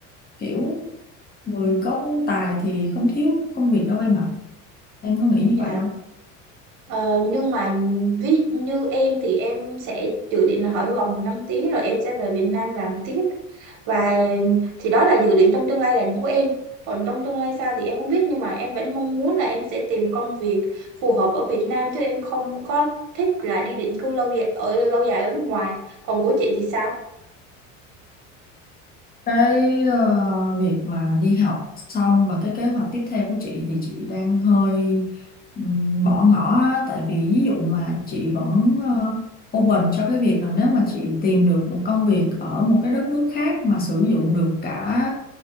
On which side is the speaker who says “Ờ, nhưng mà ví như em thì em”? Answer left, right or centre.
Right